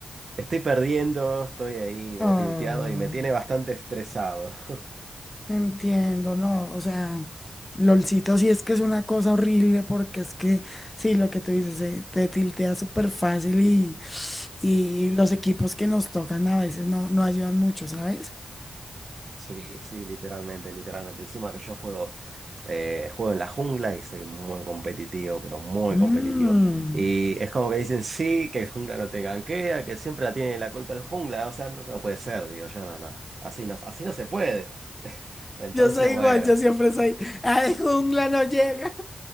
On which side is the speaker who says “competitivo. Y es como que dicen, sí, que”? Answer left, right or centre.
Right